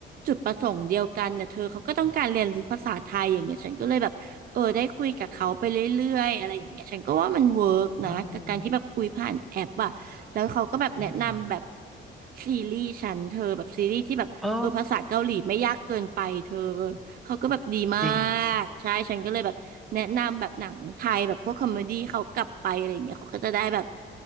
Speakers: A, on the right; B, in the centre.
A: จุดประสงค์เดียวกันเนี่ยเธอเขาก็ต้องการเรียนรู้ภาษาไทยอย่างเงี้ยฉันก็เลยแบบ เออได้คุยกับเขาไปเรื่อยๆอะไรอย่างเงี้ยฉันก็ว่ามันเวิร์กนะกับการที่แบบคุยผ่านแอปอะแล้วเขาก็แบบแนะนำแบบ
B: อืมเออเออ
A: ซีรีส์ฉันเธอแบบซีรีส์ที่แบบเออภาษาเกาหลีไม่ยากเกินไปเธอ
B: โอ้
A: เขาก็แบบดีมา
B: จริง
A: กใช่ฉันก็เลยแบบแนะนำแบบหนังไทยแบบพวกคอมเมดี้เขากลับไปอะไรอย่างเงี้ยเขาก็จะได้แบบ